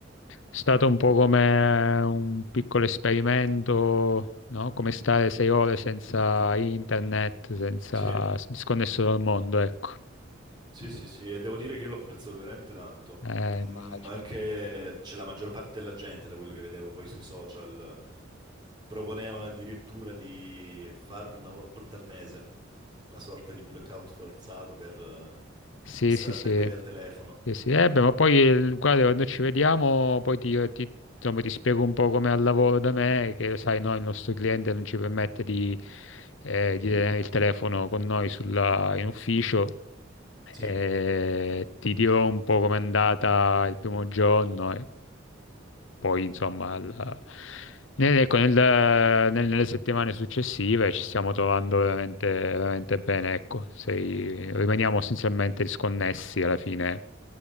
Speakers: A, on the left; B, on the right.
A: È stato un po' come un piccolo esperimento, no? Come stare sei ore senza internet, senza
B: Sì.
A: disconnesso dal mondo, ecco.
B: Sì, sì, sì, e devo dire che io l'ho apprezzato veramente tanto.
A: Eh,
B: Mm,
A: immagino.
B: anche c'è la maggior parte della gente, da quello che vedevo poi sui social, proponevano addirittura di farlo una volta al mese, una sorta di blackout forzato per eh,
A: Sì,
B: non stare
A: sì, sì.
B: attaccati al telefono.
A: Sì, sì. Eh, beh, ma poi, eh, guarda, quando ci vediamo, poi ti, ti- insomma, ti spiego un po' come al lavoro da me, che lo sai, no, il nostro cliente non ci permette di, eh, di tenere il telefono con noi sulla- in ufficio. Eh,
B: Sì,
A: ti dirò un po' com'è andata il primo giorno. eh. poi insomma al- nel- ecco, nel- nel- nelle settimane successive ci stiamo trovando veramente, veramente bene, ecco, Sei- rimaniamo essenzialmente disconnessi alla fine,